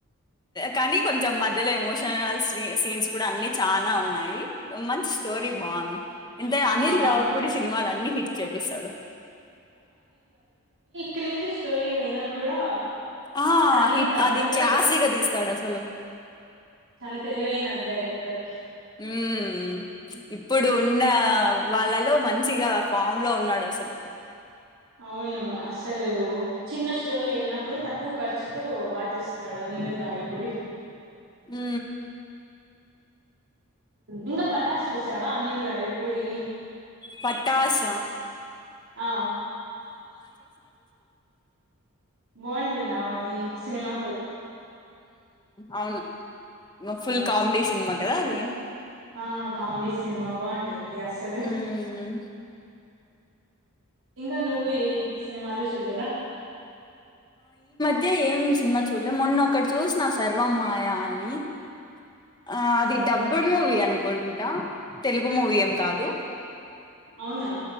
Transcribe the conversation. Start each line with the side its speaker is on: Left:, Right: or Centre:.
Left: కానీ కొంచెం మధ్యలో ఎమోషనల్ సీన్స్ కూడా అన్ని చానా ఉన్నాయి మంచి స్టోరీ బాగుంది ఇంత అనిల్
Right: ఆ
Left: రావుప్పుడి సినిమాాల అన్ని హిట్ చేపిస్తాడు
Right: క్ర్రింజీ స్టోరీ అయినా కూడా
Left: హా
Right: ఫ్యామిలీకి తగ్గట్టు
Left: అది క్లాసి గా తీస్తాడు అస్సల్
Right: చాన తెలివైన డైరెక్టర్
Left: ఉమ్ ఇప్పుడు ఉన్న వాళ్ళలో మం మంచిగా ఫామ్ లో ఉన్నాడు అసలు
Right: అవును అస అసలు చిన్న స్టోరీ అయినా కూడా తక్కువ ఖర్చు బా చేస్తాడు అనిల్ రావిపూడి
Left: మ్
Right: ఇంకా పటాస్ చూసావా అనిల్ రావి పుడివి
Left: పట్టాస్
Right: ఆ బాగుంటుందావ అది సినిమా
Left: అవును
Right: ఆ
Left: ఫుల్ కామెడి సినిమా కదా అది
Right: ఆ కమ్డిస్ సినిమా బాగుంటుంది అస్సల్
Left: హ్మ్
Right: ఇంకా నువ్ నువ్ ఏ సినిమాలు చూల్లేదా
Left: ద్య ఏం సినిమా చూడలే మొన్నొక్కటి చూసినా సర్వం మాయ అని ఆ అది
Right: సర్వమాయ
Left: డబ్బు మూవి అన్కోండి య తెలుగు మూవీ ఏం కాదు
Right: అవునా